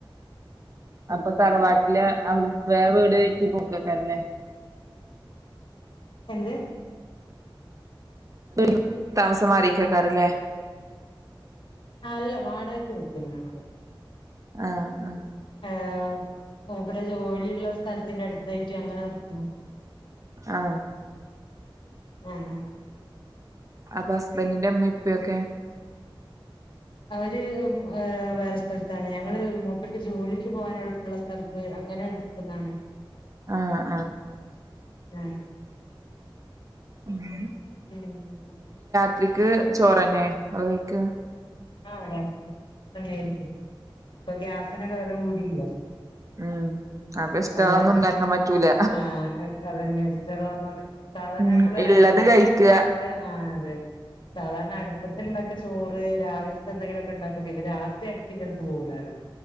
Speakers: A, on the right; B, on the left.
A: അപ്പൊ തറവാട്ടില് അവ വേറെ വീട് വച്ച് പോക്ക <inaudible> ക ല്ലേ
B: എന്ത്
A: പി താമസം മാറിയിക്കക്കാരല്ലേ
B: ആ അല്ല വാടകക്ക് നിക്കുന്നു ഞങ്ങള്
A: ആഹ് ആ
B: ആ മൂപ്പരെ ജോലിയുള്ള സ്ഥലത്തിന്റെ അടുത്തായിട്ട് അങ്ങനെ നിക്കുന്നു
A: ആ
B: മം മം
A: അപ്പൊ ഹസ്ബന്റിന്റെ ഇമ്മി ഇപ്പിയൊക്കെ
B: ഉം അവര് വേറെ സ്ഥലത്താണ് ഞങ്ങള് മുപ്പർക്ക് ജോലിക്ക് പോകാനുള്ള ള്ള സ്ഥലത്ത് അങ്ങനെ എടുത്തതാണ്
A: ആ ആ
B: ആ
A: മം
B: മം
A: രാത്രിക്ക് ചോറന്നെ ആണോ കഴിക്ക
B: ആ <inaudible> രാത്രിക്ക് ചോറ് തന്നെ ആയിരിക്കും ഇപ്പൊ ഗ്യാസിനൊക്കെ വില കൂടിയില്ലേ
A: ഉം അപ്പൊ ഇഷ്ടള്ളതൊന്നും
B: അതുകാരണം
A: ഉണ്ടാക്കാൻ പറ്റൂല
B: ആ അതന്നെഇഷ്ട്ട ഒള്ള <unintelligible> സാധാരണ
A: ഉം
B: നമ്മള്
A: ഇള്ളത്
B: അടുപ്പത്ത്
A: കഴിക്ക
B: ഉണ്ടാക്കിയ ആ അതെന്നെ സാധാരണ അടുപ്പത്തി ഉണ്ടാക്കിയ ചോറ് രാവിലത്തെ എന്തെങ്കിലുവൊക്കേ ഉണ്ടാക്കും പിന്നെ രാത്രി അടുപ്പിന്റെ അടുത്ത് പോകൂ ലലോ